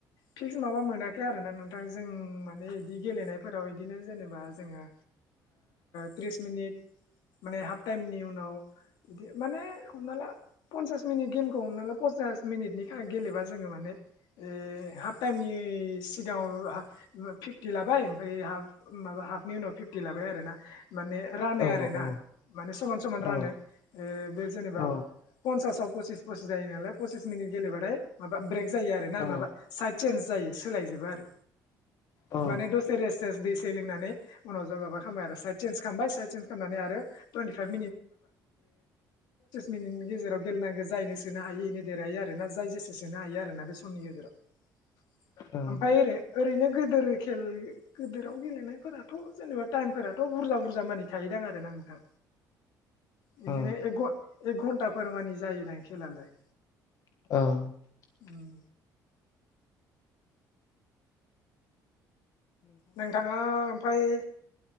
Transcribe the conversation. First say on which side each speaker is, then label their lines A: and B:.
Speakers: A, on the left (about 80°); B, on the left (about 50°).
A: फिक्स माबा मोनाखै आरोना नोंथां जों माने बिदि गेलेनायफोराव बिदिनो जेनेबा जोङो थ्रिस मिनिट। माने हाफ टाइमनि उनाव बिदि माने हमना ला पन्सास मिनिट गेमखौ हमना ला पन्सास मिनिटनि गेलेबा जोङो माने। ए हाफ टाइमनि सिगाङाव फिफ्टि लाबाय ओमफ्राय हाफ माबा हाफनि उनाव फिफ्टि लाबाय आरोना। माने रानो
B: औ
A: आरोना
B: औ
A: माने समान समान
B: औ
A: रानो बे जेनेबा
B: औ
A: पसिस पसिस जायो नालाय पसिस मिनिट गेलेबाथाय माबा ब्रेक जायो आरोना
B: औ
A: माबा साइड चेन्ज जायो। सोलायजोबो आरो
B: औ
A: माने दसे रेस स दै सै लोंनानै उनाव जों माबा खालामबाय आरो साइद सेेन्ज खालामनानै साइद सेन्स खालामनानै आरो टुइन्टि फाइभ मिनिट <inaudible> नि गेजेराव गेलेनांगौ जायनो सोनो हायि इनो देरहायो आरोना जाय जेसे सोनो हायो आरोना बे समनि गेजेराव।
B: ओं
A: ओमफ्राय ओरैनो गिदिर खेल गिदिराव गेलेनायफोराथ' जेनेबा टाइमफोराथ' बुरजा बुरजा मानि थायोदां आरोना नोंथां। बिदिनो
B: अ।
A: एक घ एक घन्टाफोर मानि जायोदां खेलालाय।
B: <inaudible>
A: उम। नोंथाङा ओमफ्राय